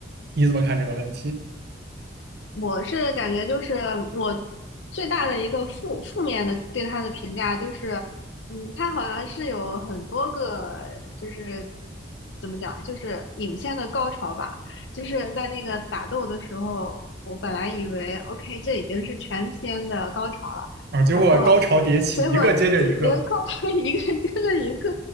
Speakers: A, on the right (about 60°); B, on the left (about 70°).
A: 你怎么看这个问题
B: 我是感觉就是我最大的一个负负面的对他的评价就是，嗯，他好像是有很多个就是怎么讲，就是影片的高潮吧，就是在那个打斗的时候，我本来以为 OK 这已经是全片的高潮了，
A: 啊？结果高潮迭起，
B: 然后结果这已经高潮一个接着
A: 一个接着一个。
B: <laughs> 一个，